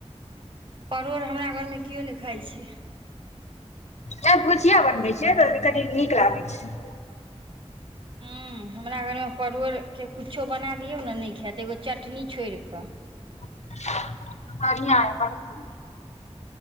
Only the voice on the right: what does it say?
परोड़ हमरा घरमे केओ नहि खाइ छैय।
हूँ हमरा घरमे परोड़के किछो बना दिऔ ने नहि खायत एगो चटनी छोड़िकऽ।